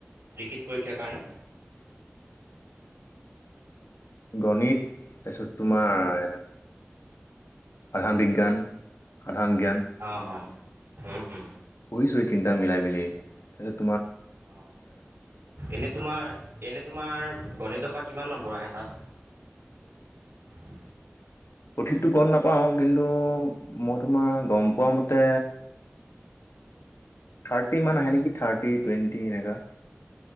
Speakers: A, on the right; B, on the left.
A: লিখিত পৰীক্ষাৰ কাৰণে?
B: <inaudible> গণিত তাচত তোমাৰ সাধাৰণ বিজ্ঞান সাধাৰণ জ্ঞান
A: অঁ অঁ উম উম
B: পঢ়িছোঁহ তিনিটা মিলাই মিলিয়ে তাৰছ
A: অ এনেই তোমাৰ এনেই তোমাৰ গণিতৰ পৰা কিমান নম্বৰ আহে তাত?
B: সঠিতো গম নাপাওঁ কিন্তু মই তোমাৰ গম পোৱা মতে থাৰ্টি ইমান আহে নেকি থাৰ্টি টুৱেণ্টি এনেককা